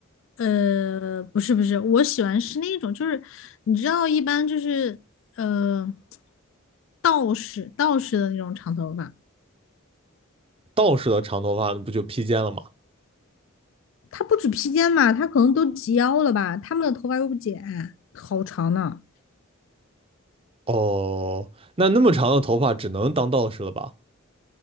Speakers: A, on the left; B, on the right.
A: 呃，不是不是，我喜欢是那种，就是你知道，一般就是呃，道士道士的那种长头发。
B: 道士的长头发那不就披肩了吗？
A: 他不止披肩嘛，他可能都及腰了吧？他们的头发又不剪，好长呢
B: 哦，那那么长的头发只能当道士了吧？